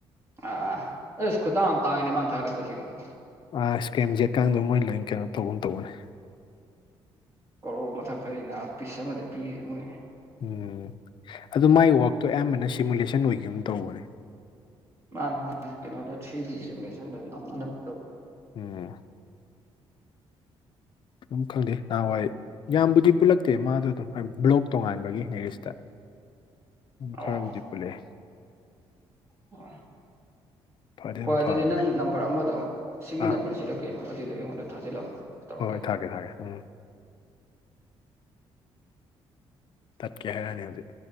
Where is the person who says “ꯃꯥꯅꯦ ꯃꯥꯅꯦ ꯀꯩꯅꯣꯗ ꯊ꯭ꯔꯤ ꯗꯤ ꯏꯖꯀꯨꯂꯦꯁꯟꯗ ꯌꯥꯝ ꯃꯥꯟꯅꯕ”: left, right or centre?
Right